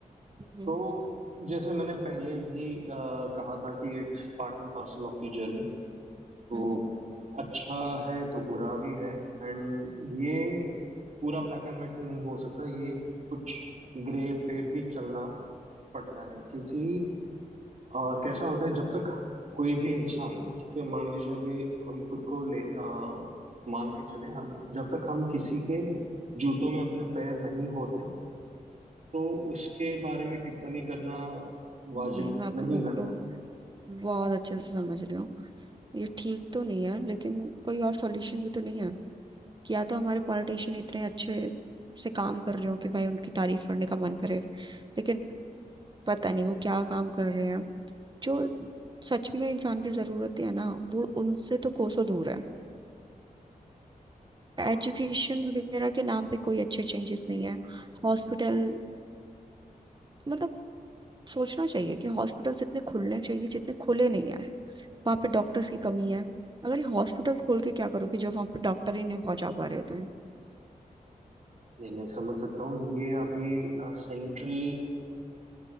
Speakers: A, on the right (about 30°); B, on the right (about 55°).
A: हम्म
B: तो जैसे मैंने पहले भी अ, कहा था कि it's part and parcel of the journey तो
A: हम्म
B: अच्छा है तो बुरा भी है एंड ये पूरा ब्लैक एंड व्हाइट नहीं हो सकता ये कुछ ग्रे पे भी चलना पड़ता है क्योंकि आ, कैसा होता है जब तक कोई भी इंसान ठीक है मान लीजिए अभी हम खुद को ले अ, मान के चले हम जब तक हम किसी के जूतों में अपने पैर नहीं होते तो उसके बारे में टिप्पणी करना
A: नहीं
B: वाजिब
A: नहीं, मैं आपकी
B: नहीं
A: बात
B: लगता
A: को
B: मुझे
A: बहुत अच्छे से समझ रही हूँ ये ठीक तो नहीं है लेकिन कोई और सॉल्यूशन भी तो नहीं है या तो हमारे पॉलिटिशियन इतने अच्छे से काम कर रहे हो कि भाई उनकी तारीफ करने का मन करे लेकिन पता नहीं वो क्या काम कर रहे हैं जो सच में इंसान की जरूरतें है ना वो उनसे तो कोसों दूर है
B: हाँ
A: एजुकेशन वगैरह के नाम पे कोई अच्छे चेंजेस नहीं है हॉस्पिटल मतलब सोचना चाहिए कि हॉस्पिटल्स इतने खुलने चाहिए जितने खुले नहीं है वहां पे डॉक्टर्स की कमी है अगर ये हॉस्पिटल खोल के क्या करोगे जब वहां पे डॉक्टर ही नहीं पहुंचा पा रहे हो तुम
B: नहीं मैं समझ सकता हूँ ये अभी सेंट्रल